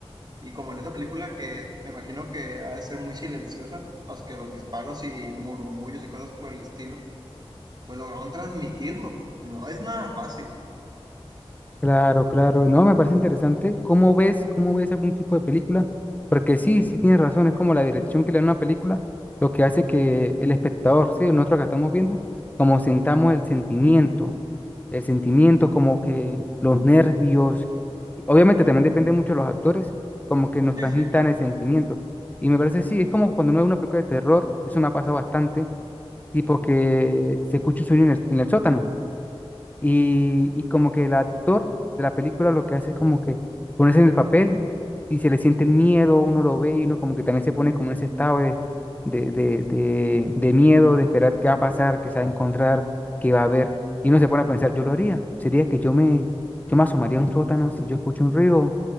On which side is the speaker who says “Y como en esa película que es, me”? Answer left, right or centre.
Right